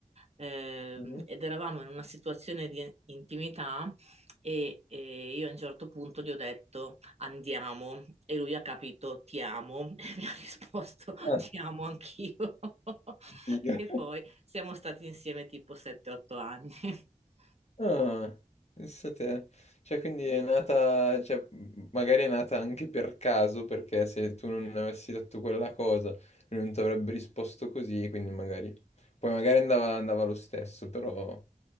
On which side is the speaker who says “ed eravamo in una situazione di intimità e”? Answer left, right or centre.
Right